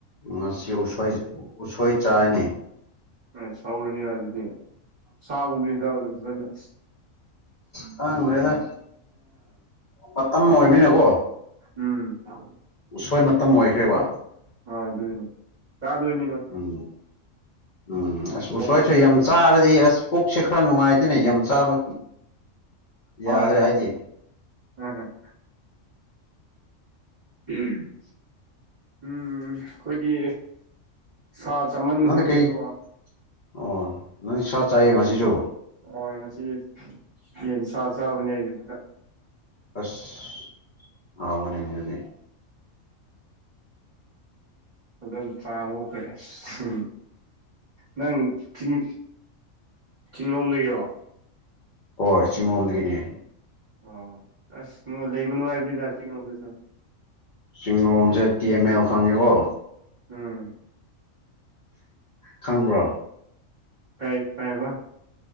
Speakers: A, on the left; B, on the right.
A: ꯃꯁꯤ ꯎꯁꯣꯏ ꯎꯁꯣꯏ ꯆꯥꯏꯅꯤ
B: ꯑ ꯁꯥꯎꯔꯅꯤꯅ ꯑꯗꯨꯗꯤ ꯁꯥꯒꯨꯝꯕꯕꯁꯤ ꯆ ꯑꯗꯨ ꯐꯖꯅ
A: ꯈꯥꯡꯗ꯭ꯔꯦꯗ ꯃꯇꯝ ꯑꯣꯏꯅꯤꯅꯀꯣ
B: ꯎꯝ
A: ꯎꯁꯣꯏ ꯃꯇꯝ ꯑꯣꯏꯈ꯭ꯔꯦꯕ
B: ꯍꯣꯏ ꯗꯣꯏꯅꯤ ꯀꯥ ꯗꯣꯏꯅꯤꯁ
A: ꯎꯝ ꯎꯝ ꯎꯁꯣꯏ
B: ꯑꯗꯨꯁꯨ
A: ꯌꯥꯝ ꯆꯥꯔꯗꯤ ꯑꯁ ꯄꯣꯛꯁꯦ ꯈꯔ ꯅꯨꯡꯉꯥꯏꯇꯦꯅꯦ ꯌꯥꯝ ꯆꯥꯕ
B: ꯍꯣꯏ
A: ꯌꯥꯗ꯭ꯔꯦ
B: ꯍꯣꯏ
A: ꯑꯩꯗꯤ
B: ꯎꯝꯝ ꯎꯝ ꯑꯩꯈꯣꯏꯒꯤ ꯁꯥ ꯆꯃꯟ
A: ꯅꯪꯅ
B: ꯀꯕꯤꯒꯣ
A: ꯀꯩ ꯑꯣ ꯅꯪ ꯁꯥ ꯆꯥꯏꯌꯦ ꯉꯁꯤꯁꯨ
B: ꯑꯣ ꯉꯁꯤ ꯌꯦꯟ ꯁꯥ ꯆꯥꯕꯅꯦ ꯑꯌꯨꯛꯇ
A: ꯑꯁ ꯑꯣꯅꯤꯗꯤ
B: ꯑꯗꯨꯝ ꯆꯥ ꯍꯧꯈ꯭ꯔꯦ ꯎ ꯅꯪ ꯆꯤꯡ ꯆꯤꯡꯂꯣꯝꯗꯒꯤꯔꯣ
A: ꯍꯣꯏ ꯆꯤꯡꯂꯣꯝꯗꯒꯤꯅꯦ
B: ꯑꯣ ꯑꯁꯣ ꯂꯩꯕꯅꯣ ꯍꯥꯏꯕꯅꯤꯗꯇꯤꯡꯉꯗꯁꯨ
A: ꯆꯤꯡꯡꯂꯣꯝꯁꯦ ꯇꯤ ꯑꯦꯝ ꯑꯦꯜ ꯈꯪꯉꯤꯀꯣ
B: ꯎꯝ
A: ꯈꯪꯕ꯭ꯔꯣ
B: ꯇꯥꯏ ꯀꯥꯏꯕ